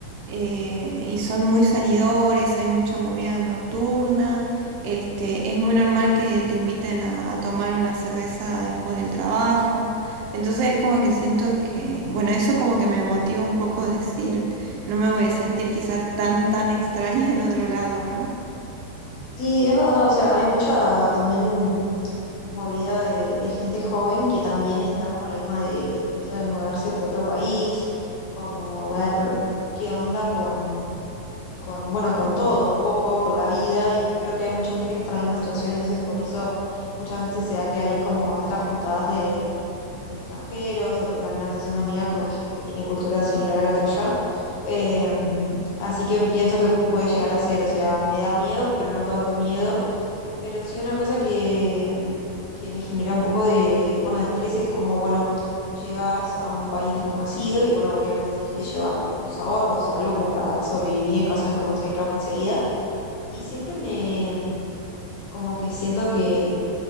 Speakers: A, on the right; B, on the left.
A: eh, y son muy salidores, hay mucha movida nocturna, este, es muy normal que te inviten a, a tomar una cerveza después del trabajo, entonces es como que siento que, bueno, eso como que me motiva un poco a decir, no me voy a sentir quizá tan tan extraña en otro lado, ¿no?
B: Sí, es verdad, o sea, hay mucha también movida de, de gente joven que también está como la misma de, de esto de mudarse para otro país, como ver qué onda con, con, bueno, con todo, un poco, con la vida, y creo que hay mucha gente que está en la misma situación, entonces por eso muchas veces se da que hay como estas juntadas de, de extranjeros o te terminas haciendo amiga como de gente que tiene cultura similar a la tuya. Eh, así que pienso que puede llegar a ser, o sea, me da miedo, pero no tanto miedo pero sí una cosa que, que me genera un poco de, bueno, de estrés es como, bueno, llegás a un país desconocido y bueno, obviamente tenés que llevar tus ahorros o algo como para sobrevivir en caso de no conseguir trabajo enseguida. Y siempre me, mm, como que siento que